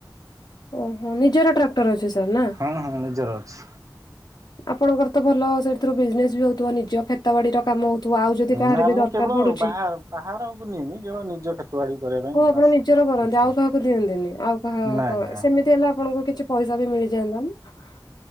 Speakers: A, on the left (about 60°); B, on the right (about 45°).
A: ଓହୋ ନିଜର ଟ୍ରାକ୍ଟର ଅଛି? ସାର୍ ନା
B: ହଁ ହଁ ନିଜର ଅଛି।
A: ଆପଣଙ୍କର ତ ଭଲ ସେଥିରୁ ବିଜନେସ ବି ହଉଥିବା ନିଜ ତ ବାଡିର କାମ ହଉଥିବ ଆଉ ଯଦି କାହାର
B: ନା
A: ବି
B: ମୁଁ
A: ଦରକାର
B: କେବଳ
A: ପଡୁଛି।
B: ବାହାର ବାହାରକୁ ନିଏନି କେବଳ ନିଜ କ୍ଷେତ ବାଡ଼ି କରିବା ପାଇଁ
A: କଉ ଆପଣ
B: ବାସ୍
A: ନିଜର କରନ୍ତି
B: ବୁଝିପାରୁଛି
A: ଆଉ କାହାକୁ ଦିଅନ୍ତିନି ଆଉ କାହା
B: ନାଇଁ ନାଇଁ
A: ସେମିତି ହେଲା ଆପଣଙ୍କୁ କିଛି ପଇସା ବି ମିଳିଯାଆ <unintelligible>